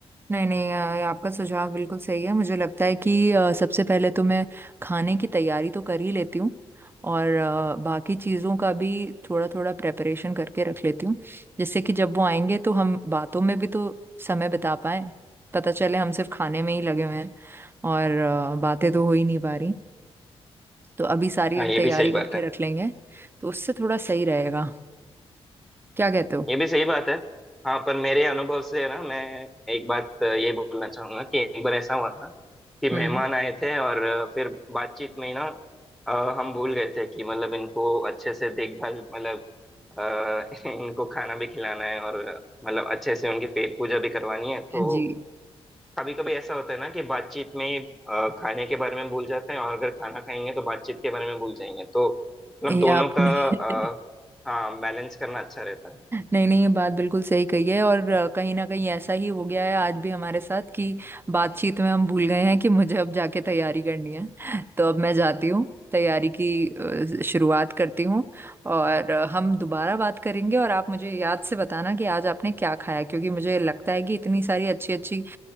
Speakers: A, on the right (about 20°); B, in the centre.
A: नहीं नहीं अ, आपका सुझाव बिल्कुल सही है मुझे लगता है कि अ, सबसे पहले तो मैं खाने की तैयारी तो कर ही लेती हूँ और अ, बाकी चीज़ों का भी थोड़ा थोड़ा प्रेपरेशन करके रख लेती हूँ जिससे कि जब वो आएंगे तो हम बातों में भी तो समय बिता पाए पता चले हम सिर्फ खाने में ही लगे हुए हैं और अ, बातें तो हो ही नहीं पा रही तो अभी सारी
B: हाँ ये
A: तैयारी
B: भी सही बात
A: करके
B: है
A: रख लेंगे तो उससे थोड़ा सही रहेगा क्या कहते हो
B: ये भी सही बात है हाँ पर मेरे अनुभव से है ना मैं एक बात ये बोलना चाहूंगा कि एक बार ऐसा हुआ था कि मेहमान
A: हम्म
B: आए थे और फिर बातचीत में ही ना अ, हम भूल गए थे कि मतलब इनको अच्छे से देखभाल मतलब अ, <laughs> इनको खाना भी खिलाना है और मतलब अच्छे से उनकी पेट पूजा भी करवानी है तो
A: <laughs> जी
B: कभी कभी ऐसा होता है ना कि बातचीत में ही, अ, खाने के बारे में भूल जाते हैं और अगर खाना खाएंगे तो बातचीत के बारे में भूल जाएंगे तो मतलब
A: ये
B: दोनों
A: आपने
B: का अ,
A: <laughs>
B: हाँ बैलेंस करना अच्छा रहता है
A: नहीं नहीं ये बात बिल्कुल सही कही है और अ, कहीं ना कहीं ऐसा ही हो गया है आज भी हमारे साथ कि बातचीत में हम भूल गए हैं कि मुझे अब जाके तैयारी करनी है तो अब मैं जाती हूँ तैयारी की अ, शुरुआत करती हूँ और अ, हम दोबारा बात करेंगे और आप मुझे याद से बताना कि आज आपने क्या खाया क्योंकि मुझे लगता है कि इतनी सारी अच्छी अच्छी